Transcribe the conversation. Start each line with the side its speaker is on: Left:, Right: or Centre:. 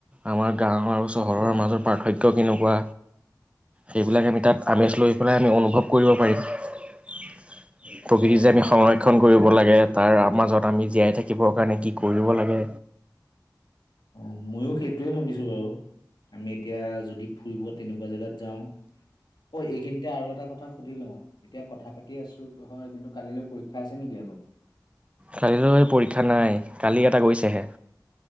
Right: আমাৰ গাঁৱ আৰু চহৰৰ মাজৰ পাৰ্থক্য কেনেকুৱা। সেইবিলাক আমি তাত আমেজ লৈ পেলাই আমি অনুভৱ কৰিব পাৰিম।
Left: হয়
Right: প্ৰকৃতি
Left: হয়
Right: যে আমি
Left: মই
Right: সংৰক্ষণ কৰিব লাগে। তাৰ মাজত আমি জীয়াই থাকিবৰ কাৰণে কি কৰিব লাগে।
Left: অ' ময়ো সেইটোৱে ভাবিছো বাৰু আমি এতিয়া যদি ফুৰিব তেনেকুৱা জোগাত যাও, অ' এইখিনিতে আৰু এটা কথা সুধি লওঁ এতিয়া কথা পাতি আছো হয় কিন্তু, কালিলৈ পৰীক্ষা আছে নেকি আকৌ
Right: কালিলৈ পৰীক্ষা নাই কালি এটা গৈছেহে।